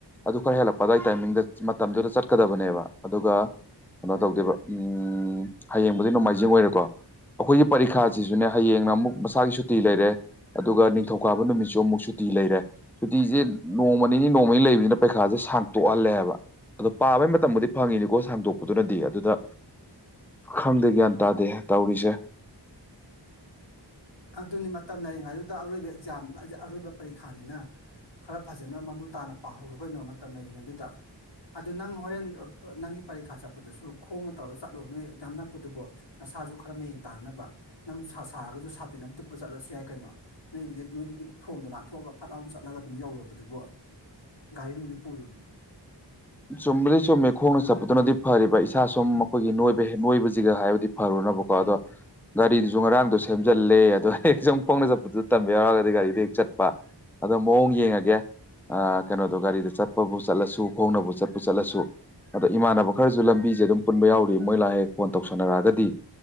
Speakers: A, in the centre; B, on the left (about 85°).
A: ꯑꯗꯨ ꯈꯔꯥ ꯍꯦꯜꯂꯛꯄ ꯑꯗꯨꯋꯥꯢ ꯇꯥꯏꯃꯤꯡꯗ ꯃꯇꯝꯗꯨꯗ ꯆꯠꯀꯗꯕꯅꯦꯕ ꯑꯗꯨꯒ ꯀꯩꯅꯣ ꯇꯧꯗꯣꯢꯕ ꯎꯝ ꯍꯥꯌꯦꯡꯕꯨꯗꯤ ꯅꯣꯡꯃꯥꯏꯖꯤꯡ ꯑꯣꯏꯔꯦꯀꯣ ꯑꯩꯈꯣꯏꯒꯤ ꯄꯥꯔꯤꯈꯥꯁꯤꯁꯨꯅꯦ ꯍꯌꯦꯡꯅ ꯑꯃꯨꯛ ꯃꯁꯥꯒꯤ ꯁꯨꯇꯤ ꯂꯩꯔꯦ ꯑꯗꯨꯒ ꯅꯤꯡꯊꯧꯀꯥꯕ ꯅꯨꯃꯤꯠꯁꯨ ꯑꯃꯨꯛ ꯁꯨ ꯁꯨꯇꯤ ꯂꯩꯔꯦ ꯁꯨꯇꯤꯁꯦ ꯅꯣꯡꯃꯥꯅꯤꯅꯤ ꯅꯣꯡꯃꯥꯅꯤꯅꯤ ꯂꯩꯕꯅꯤꯅ ꯄꯩꯈꯥꯁꯦ ꯁꯥꯡꯇꯣꯛꯍꯜꯂꯦ ꯍꯥꯏꯕ ꯑꯗꯣ ꯄꯥꯕꯩ ꯃꯇꯝꯕꯨꯗꯤ ꯐꯪꯉꯤꯅꯤꯀꯣ ꯁꯥꯡꯗꯣꯛꯄꯗꯨꯅꯗꯤ ꯑꯗꯨꯗ ꯈꯪꯗꯦ ꯒ꯭ꯌꯥꯟ ꯇꯥꯗꯦ ꯇꯧꯔꯤꯁꯦ
B: ꯑꯗꯨꯅꯤ ꯃꯇꯝ ꯂꯩꯔꯤꯡꯉꯩꯗꯨꯗ ꯑꯔꯣꯏꯕ ꯑꯦꯛꯖꯥꯝ ꯑꯔꯣꯏꯕ ꯄꯔꯤꯈꯥꯅꯤꯅ ꯈꯔ ꯐꯖꯅ ꯃꯃꯨ ꯇꯥꯅ ꯄꯥꯍꯧꯔꯣꯀꯩꯅꯣ ꯃꯇꯝ ꯂꯩꯔꯤꯉꯩꯗꯨꯗ ꯑꯗꯨ ꯅꯪ ꯍꯣꯔꯦꯟ ꯅꯪꯒꯤ ꯄꯔꯤꯈꯥ ꯆꯠꯄꯗꯨꯁꯨ ꯈꯣꯡꯅ ꯇꯧꯔ ꯆꯠꯂꯣ ꯅꯣꯏ ꯑꯗꯥꯝ ꯅꯛꯄꯗꯨꯕꯣ ꯉꯁꯥꯏ ꯁꯥꯁꯨ ꯈꯔ ꯃꯌꯦꯡ ꯇꯥꯅꯕ ꯅꯪ ꯅꯨꯁꯥ ꯁꯥꯔꯒꯁꯨ ꯇꯤꯟ ꯑꯝ ꯇꯨꯞꯄ ꯆꯠꯂꯁꯨ ꯌꯥꯏ ꯀꯩꯅꯣ ꯅꯣꯏꯒꯤꯗꯤ ꯅꯣꯏꯒꯤ ꯊꯣꯡꯗ ꯂꯥꯟꯊꯣꯛꯑꯒ ꯐꯠ ꯂꯥꯎꯅ ꯆꯠꯂꯒ ꯑꯗꯨꯝ ꯌꯧꯔꯕꯥꯗꯨꯕꯣ ꯒꯥꯔꯤꯅꯨꯡꯗꯤ ꯄꯨꯔꯨꯅꯨ
A: ꯆꯨꯝꯕꯨꯗꯤ ꯆꯨꯝꯃꯦ ꯈꯣꯡꯅ ꯆꯠꯄꯗꯨꯅꯗꯤ ꯐꯔꯤꯕ ꯏꯁꯥ ꯁꯨꯝ ꯑꯩꯈꯣꯏꯒꯤ ꯅꯣꯏꯕ ꯍꯦꯟꯕꯥ ꯑꯣꯏꯕꯥꯖꯤꯒ ꯗꯤ ꯐꯥꯔꯨꯅꯕꯀꯣ ꯑꯗꯣ ꯒꯥꯔꯤꯗꯨꯁꯨ ꯉꯔꯥꯡꯗꯣ ꯁꯦꯝꯖꯤꯜꯂꯦ ꯑꯗꯣ ꯍꯦꯛ ꯁꯨꯝ ꯈꯣꯡꯅ ꯆꯠꯄꯗꯨ ꯇꯟꯕ ꯌꯥꯎꯔꯒꯗꯤ ꯒꯥꯔꯤꯗꯦ ꯍꯦꯛ ꯆꯠꯄ ꯑꯗꯣ ꯃꯥꯑꯣꯡ ꯌꯦꯡꯉꯒꯦ ꯀꯩꯅꯣꯗꯣ ꯒꯥꯔꯤꯗ ꯆꯠꯄꯥꯕꯨ ꯆꯠꯂꯁꯨ ꯈꯣꯡꯅꯕꯨ ꯆꯠꯄꯨ ꯆꯠꯂꯁꯨ ꯑꯗꯣ ꯏꯃꯥꯟꯅꯕ ꯈꯔꯁꯨ ꯂꯝꯕꯤꯁꯦ ꯑꯗꯨꯝ ꯄꯨꯟꯕ ꯌꯥꯎꯔꯤ ꯃꯣꯏ ꯂꯥꯛ ꯍꯦꯛ ꯐꯣꯟ ꯇꯧꯁꯟꯅꯥꯔꯛ ꯑꯥꯒꯗꯤ